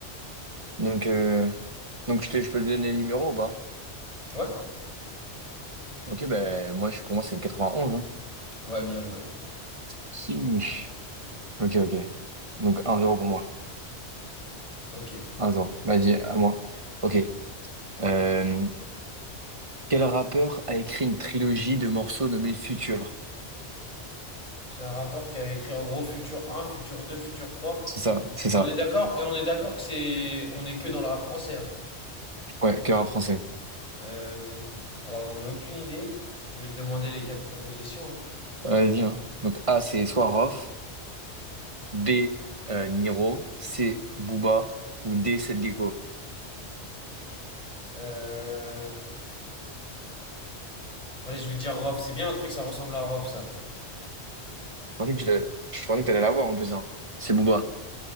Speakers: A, on the right (about 30°); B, on the left (about 30°).
A: Donc, euh, donc je, te- je peux te donner le numéro ou pas?
B: Ouais?
A: Ok, ben moi, je- pour moi, c'est le 91. hein.
B: Ouais, bien joué.
A: Si. Ok, ok. Donc un zéro pour moi.
B: Ok.
A: un zéro. Vas-y, à moi. Ok. Euh, quel rappeur a écrit une trilogie de morceaux nommés Future?
B: C'est un rappeur qui a écrit en gros Futur un Futur 2 Futur trois
A: C'est ça, c'est ça.
B: Et on est d'accord, et on est d'accord que c'est, on est que dans le rap français. hein.
A: Ouais, cœur à français.
B: Euh, Alors j'en ai aucune idée. Je vais te demander les quatre propositions. hein.
A: Vas-y, hein. Donc A, c'est Swaroff, B, euh, Niro, C, Booba, ou D, Seth Gecko.
B: Euh... Allez, je vais dire Rof. C'est bien un truc, ça ressemble à Rof, ça.
A: Je pensais que tu l'as- je pensais que t'allais l'avoir en plus. hein. C'est Booba.